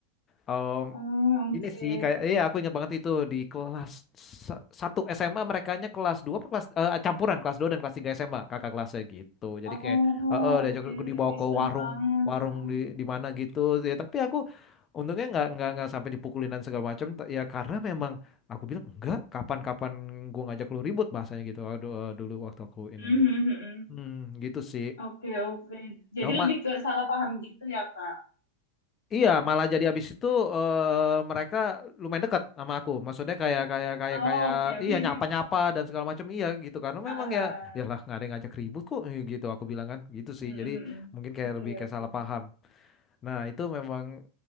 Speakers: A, on the left; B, on the left.
A: Em,
B: Oh, oke.
A: ini sih kayak iya aku ingat banget itu di kelas sa- satu SMA merekanya kelas 2 apa kelas eh, campuran kelas 2 dan kelas 3 SMA kakak kelasnya gitu. Jadi
B: Oh,
A: kayak eh eh,
B: oke.
A: diajak aku dibawa
B: Ih,
A: ke
B: serem
A: warung
B: banget.
A: warung
B: Heeh.
A: di di mana gitu ya tapi aku untungnya nggak nggak nggak sampai dipukulin dan segala macam T- ya karena memang aku bilang enggak kapan-kapan gua ngajak lu ribut bahasanya gitu Aduh, eh, dulu waktu aku ini
B: Mhm.
A: gitu.
B: mhm.
A: Hmm, gitu sih.
B: Oke, oke. Jadi
A: Emang ma-
B: lebih ke salah paham gitu ya, Kak?
A: Iya, malah jadi abis itu eh, mereka lumayan dekat sama aku. Maksudnya kayak kayak kayak
B: Oh,
A: kayak
B: oke, oke.
A: iya nyapa-nyapa
B: <laughs>
A: dan segala macam iya gitu karena
B: Ha
A: memang
B: ha. Hahaha.
A: ya iyalah nggak ada yang ngajak ribut kok eh, gitu aku bilang kan gitu sih.
B: Mhm.
A: Jadi mungkin kayak
B: mhm. Oke,
A: lebih kayak
B: oke.
A: salah paham. Nah, itu memang